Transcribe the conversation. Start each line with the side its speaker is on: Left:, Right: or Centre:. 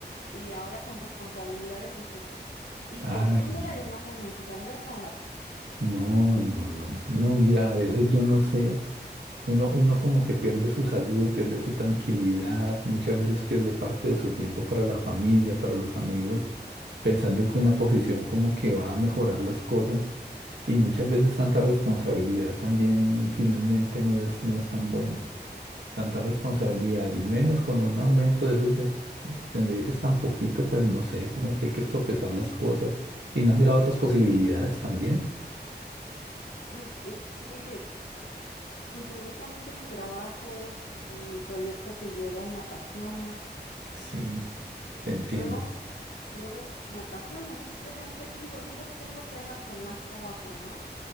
Left: y ahora con responsabilidades de jefe. Y
Right: Ay.
Left: por 100
Right: no.
Left: dólares más al mes, o sea, no es nada.
Right: No, no, no. No, mira, a veces yo no sé, uno, uno como que pierde su salud, pierde su tranquilidad, muchas veces pierde parte de su tiempo para la familia, para los amigos, pensando que una posición como que va a mejorar las cosas y muchas veces tanta responsabilidad también finalmente no es, no es tan buena. Tanta responsabilidad y menos con un aumento de esos de, que me dices tan poquito, pues no sé, como que hay que sopesar las cosas y no has mirado otras posibilidades también.
Left: Ay, es que, pues me gusta mucho mi trabajo, el proyecto que llevo me apasiona.
Right: Sí, te entiendo.
Left: Luego Luego me apasiona, simplemente digo, yo no tengo tema con más trabajo, ¿no?